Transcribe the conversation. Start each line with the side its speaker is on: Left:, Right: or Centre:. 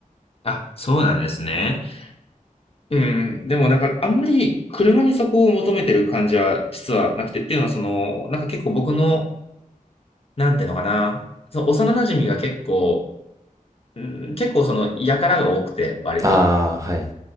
Left: あ、そうなんですね。うん、でもなんかあんまり車にそこを求めてる感じは実はなくてっていうのはその、なんか結構僕の、なんていうのかな、その幼馴染が結構うん、結構その、やからが多くて、割と。
Right: ああ、はい